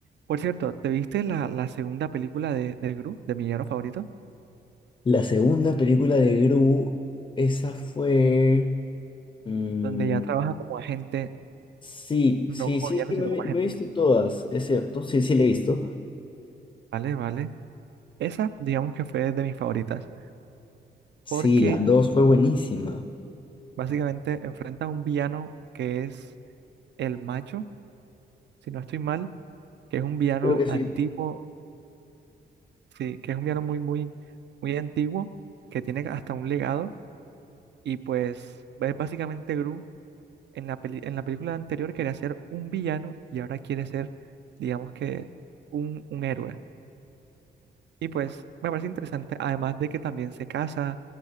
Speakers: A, on the right; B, on the left.
A: Por cierto, ¿te viste la, la segunda película de, de Gru, de mi villano favorito?
B: La segunda película de Gru, esa fue... mm,
A: Donde ya trabaja como agente,
B: sí,
A: no
B: sí,
A: como
B: sí,
A: villano,
B: sí,
A: sino
B: me,
A: como
B: me
A: agente.
B: he visto todas, es cierto, sí, sí, la he visto.
A: Vale, vale. Esa, digamos que fue de mis favoritas,
B: Sí,
A: porque
B: la dos fue buenísima.
A: básicamente enfrenta a un villano que es el macho, si no estoy mal, que es un villano
B: Creo que sí.
A: antiguo, sí, que es un villano muy, muy, muy antiguo, que tiene hasta un legado, y pues es básicamente Gru en la peli- en la película anterior quería ser un villano y ahora quiere ser, digamos que, un, un héroe. Y pues me parece interesante, además de que también se casa,